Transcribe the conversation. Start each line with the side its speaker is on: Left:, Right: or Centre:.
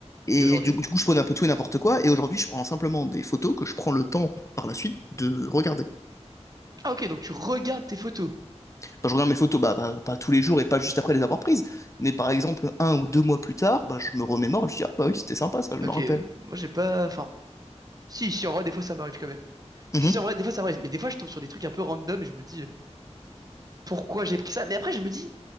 Left: Et
Right: Et aujourd'hui?
Left: du, coup, du coup, je prenais un peu tout et n'importe quoi. Et aujourd'hui, je prends simplement des photos que je prends le temps par la suite de regarder.
Right: Ah, ok, donc tu regardes tes photos.
Left: Quand je regarde mes photos, bah, bah, pas tous les jours et pas juste après les avoir prises. Mais par exemple, un ou deux mois plus tard, bah, je me remémore, je dis, ah bah oui, c'était sympa, ça, je
Right: Ok,
Left: me rappelle.
Right: euh, moi, j'ai pas. Enfin. Si, si, en vrai, des fois, ça m'arrive quand même.
Left: Mhm.
Right: Si, si, en vrai, des fois, ça m'arrive. Mais des fois, je tombe sur des trucs un peu random et je me dis euh, pourquoi j'ai pris ça? Mais après, je me dis.